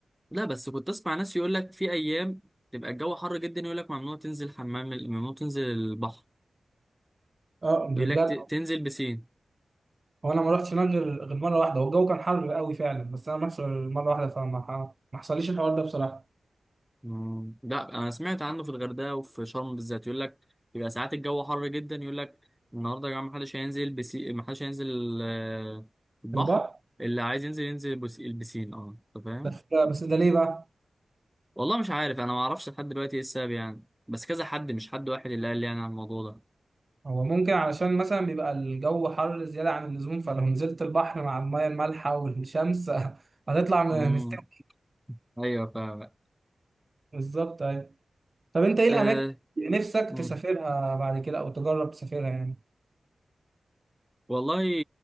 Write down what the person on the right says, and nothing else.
اه
ده بجد
وانا ما رحتش هناك غير غير مره واحده والجو كان حر قوي فعلا بس انا ما رحتش غير مره واحده فما ح- ما حصليش الحوار ده بصراحه
في البحر
بس بس ده ليه بقى
هو ممكن علشان مثلا بيبقى الجو حر زياده عن اللزوم فلو نزلت البحر مع الميه المالحه والشمس <laughs> هتطلع م-
مستوي
بالظبط أيوة. طب انت ايه الاماكن
اللي نفسك
تسافرها بعد كده او تجرب تسافرها يعني